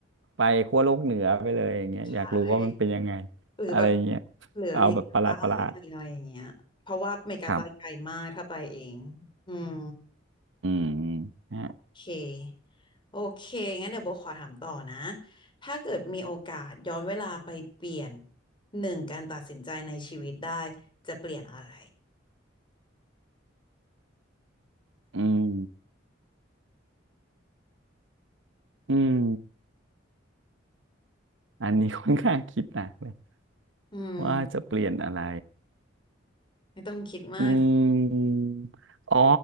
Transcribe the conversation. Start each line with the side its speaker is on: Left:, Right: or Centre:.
Right: ไปขั้วโลกเหนือไปเลยอย่างเงี้ยอยากรู้ว่ามันเป็นยังไง
Left: ใช่ หรือแบบ
Right: อะไรเงี้ย
Left: หรืออเมริกาใต้
Right: เอาแบบประหลาดประหลาด
Left: อะไรอย่างเงี้ยเพราะว่าอเมริกาใต้ไกลมากถ้าไปเอง
Right: ครับ
Left: อืม
Right: อืมฮะ
Left: โอเคโอเคงั้นเดี๋ยวโบขอถามต่อนะถ้าเกิดมีโอกาสย้อนเวลาไปเปลี่ยนหนึ่งการตัดสินใจในชีวิตได้จะเปลี่ยนอะไร
Right: อืมอืมอันนี้ค่อนข้างคิดหนักเลย
Left: อืม
Right: ว่าจะเปลี่ยนอะไร
Left: ไม่ต้องคิดมาก
Right: อืมอ๋อ